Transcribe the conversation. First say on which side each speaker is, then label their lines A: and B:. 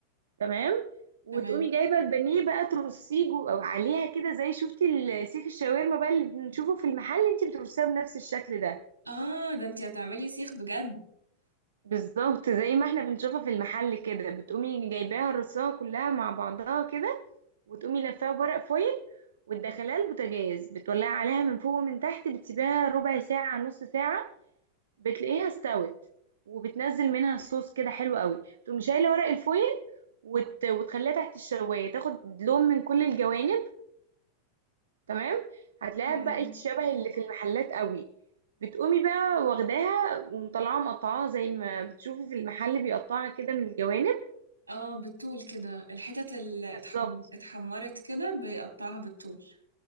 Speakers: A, on the right; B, on the right.
A: تمام وتقومي
B: تمام
A: جايبه البانيه بقى ترصيه جو- او عليها كده زي شفتي ال- سيخ الشاورما بقى اللي بنشوفه في المحل انت بترصيها بنفس الشكل ده
B: اه ده انتي هتعملي سيخ بجد
A: بالظبط زي ما احنا بنشوفها في المحل كده بتقومي جايباها رصاها كلها مع بعضها كده وتقومي لفاها بورق فويل وتدخليها البوتاجاز بتولعي عليها من فوق ومن تحت بتسيبيها ربع ساعة نص ساعة بتلاقيها استوت وبتنزل منها الصوص كده حلو قوي تقومي شايلة ورق الفويل وت... وتخليها تحت الشواية تاخد لون من كل الجوانب تمام هتلاقيها
B: ايوه
A: بقت شبه اللي في المحلات قوي بتقومي بقى واخداها ومطلعاها مقطعاها زي ما بتشوفي في المحل بيقطعها كده من الجوانب
B: اه بالطول كده الحتت اللي
A: بالظبط
B: اتحم... اتحمرت كده بيقطعها بالطول